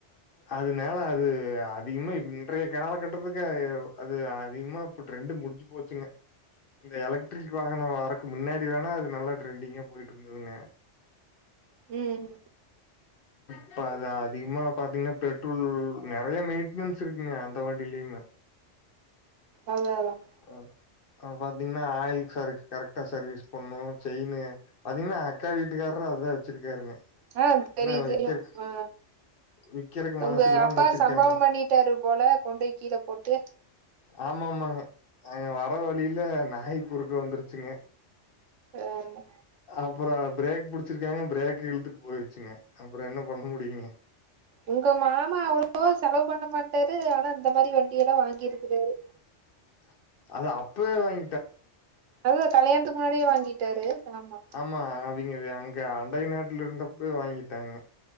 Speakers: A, on the left; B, on the right.
A: அதுனால அது அதிகமாக இன்றைய காலகட்டத்துக்கு அது அதிகமா இப்ப ட்ரெண்டு முடிச்சு போச்சுங்க இந்த எலக்ட்ரிக் வாகனம் வரக்கு முன்னாடி வேனா அது நல்ல ட்ரெண்டிங்கா போயிட்டு இருந்ததுங்க
B: ம்
A: இப்ப அத அதிகமா பாத்தீங்கன்னா பெட்ரோல் நறைய மெயின்டனன்ஸ் இருக்குங்க அந்த வணடியிலுமே
B: அதான் அதான்
A: ஆ அங்க பாத்தீங்கன்னா ஆயில் சர்வீஸ் கரெக்டா சர்வீஸ் பண்ணு செயினு பாத்தீங்கன்னா அக்கா வீட்டுக்காரரு அதான் வச்சிருக்காருங்க
B: ஆ
A: இன்னு
B: தெரியு தெரியு
A: விக்கறக்
B: ஆ
A: விக்கறக்கு
B: உங்க
A: மனசு இல்லாம
B: அப்பா
A: வச்சிருக்காங்க
B: சம்பவம் பண்ணி ட்டாறு போல கொண்டோய் கீழ போட்டு
A: ஆமா ஆமாங்க அங்க வர வழியில நாய் குருக்க வந்துருச்சுங்க
B: ஓரமா
A: அப்பறம் பிரேக் புடிச்சிருக்காங்க பிரேக் இழுத்துட்டு போயிருச்சுங்க அப்பறம் என்ன பண்ண முடியுங்க
B: உங்க மாமா அவ்ளோவா செலவு பண்ண மாட்டாரு ஆனா இந்த மாரி வண்டியல்லாம் வாங்கிருக்கிறாரு
A: <inaudible> அது அப்பவே வாங்
B: அதுதான் கல்யாணத்துக்கு முன்னாடியே வாங்கிட்டாரு ஆமா
A: ஆமா அவிங்க அங்க அண்டை நாட்டுல இருந்தப்பே வாங்கிட்டாங்க